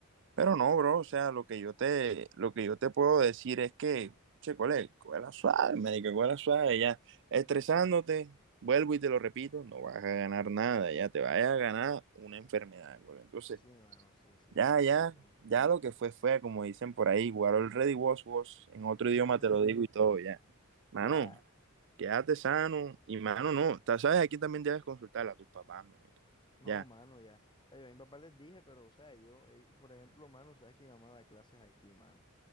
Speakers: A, on the right; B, on the left.
A: Pero no, bro, o sea, lo que yo te, lo que yo te puedo decir es que, che, cole, cuela suave, marica, cuela suave, ya,
B: <laughs>
A: estresándote, vuelvo y te lo repito, no vas a ganar nada, ya te vas a ganar una enfermedad, cole. Entonces,
B: Sí, mano, sí, sí,
A: ya,
B: tienes
A: ya,
B: razón.
A: ya lo que fue, fue, como dicen por ahí, guardo el ready was, was, en otro
B: <laughs>
A: idioma te lo digo y todo, ya.
B: Ya,
A: Mano, quédate sano, y mano, no, ta- sabes, aquí también debes consultar a tus papás, marica,
B: No,
A: ya.
B: mano, ya. O sea, yo a mi papá les dije, pero, o sea, yo, eh, por ejemplo, mano, sabes que mi mamá da clases aquí, mano.